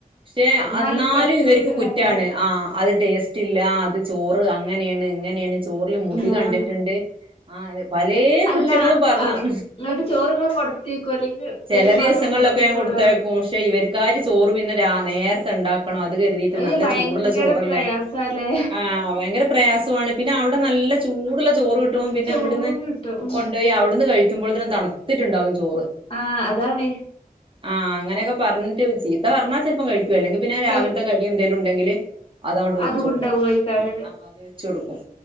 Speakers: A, on the right; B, on the left.
A: ക്ഷേ
B: എന്നാലും
A: അന്നാലും
B: പറ്റൂലല്ലേ
A: ഇവര്ക്ക് കുറ്റാണ് ആ അൽ ടേസ്റ്റ് ഇല്ല അത് ചോറ് അങ്ങനെയാണ് ഇങ് അങ്ങനെയാണ് ചോറില് മുടി
B: ആഹ്
A: കണ്ടിട്ടിണ്ട് ആ അതെ പലേ
B: അല്ല
A: കുറ്റങ്ങളും പറയും,
B: ആഹ് ഇങ്ങട്ട് ചോറ്ങ്ങൾ കൊടുത്തേക്കോ അല്ലെങ്കിൽ ഉപ്പേരി
A: ചെല ദിവസങ്ങളിലൊക്കെ
B: മാത്രം കൊടുത്തേക്കൊള്ളൂ
A: ഞാൻ കൊടുത്തേക്കും പക്ഷേ ഇവര്ക്കാര് ചോറ് പിന്നെ രാ നേരത്തെ ഇണ്ടാക് ക്കണം അത് കരുതിട്ട്
B: അത്
A: നല്ല
B: ഭയങ്കര
A: ചൂടുള്ള ചോറല്ലേ
B: പ്രയാസാല്ലേ
A: ആ ഭയങ്കര പ്രയാസോണ് പിന്നെ അവിടെ നല്ല ചൂടുള്ള ചോറ് കിട്ടും. ന്നെ
B: ചോറും
A: ഇവിടുന്ന്
B: കിട്ടും
A: കൊ
B: ഉം
A: കൊണ്ടോയി അവ്ട് ട്ന്ന് കഴിക്കുമ്പഴത്തേനും തണുത്തിട്ടിണ്ടാവും ചോ
B: ആ അതാണെ
A: ആ അങ്ങനെയൊക്കെ പറഞ്ഞിട്ട് ചീത്ത പറഞ്ഞാ ചെലപ്പം കഴി ക്കും അല്ലെങ്കിൽ പിന്നെ
B: കൈ
A: രാവില്ത്തെ കടി എന്തേലും ഉണ്ടെങ്കില് അതങ്ങോട്ട്
B: അതും
A: വെച്ച് കൊടുക്കും,
B: ഉണ്ടാവോയ്ക്കാരല്ലേ
A: ആ അത് വെച്ച് കൊടുക്കും